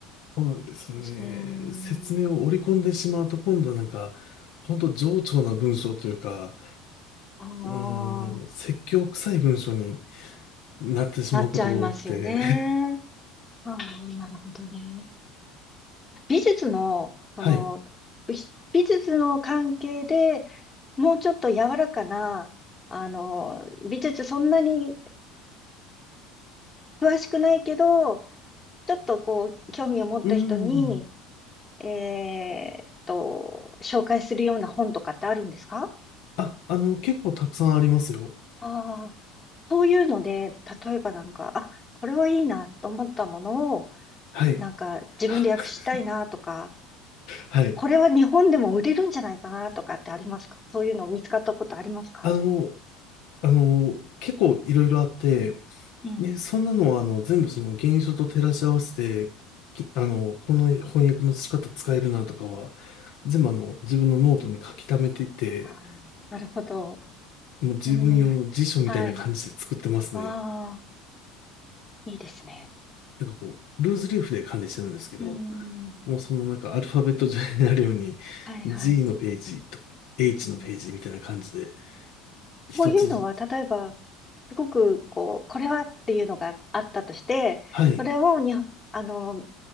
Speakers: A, on the left (about 55°); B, on the left (about 15°).
A: そうなんですね。
B: うーん、
A: 説明を織り込んでしまうと、今度なんか、本当冗長な文章というか、
B: ああ、
A: うーん、説教臭い文章になってしまうことが多くて。
B: なっちゃいますよね。
A: <laughs>
B: ああ、なるほどね。美術の、その、
A: はい。
B: 美美術の関係でもうちょっと柔らかな、あの、美術そんなに詳しくないけど、ちょっとこう、興味を持った人に、
A: うーん。
B: えーっと、紹介するような本とかってあるんですか
A: あ、あの、結構たくさんありますよ。
B: ああそういうので、例えばなんか、あ、これはいいなと思ったものを、
A: はい。
B: なんか自分で訳したいなとか、
A: <laughs> はい。
B: これは日本でも売れるんじゃないかなとかってありますかそういうの見つかったことありますか
A: あの、あの、結構いろいろあって、
B: うん
A: で、そんなのは、あの、全部その原書と照らし合わせて、きあの、この翻訳の仕方使えるなとかは、全部あの、自分のノートに書き溜めていて、
B: あーなるほど。
A: もう自分用の辞書みたいな感じで作ってますね。
B: うん、はい。ああ、いいですね。
A: なんかこう、ルーズリーフで管理してるんですけど、
B: うん、
A: もうそのなんかアルファベット上になるように、
B: はいはい。
A: G のページとか、H
B: うん、
A: のページみたいな感じで、一つずつ、
B: そういうのは、例えば、すごく、こう、これはっていうのがあったとして、
A: はい、
B: それをに、あの、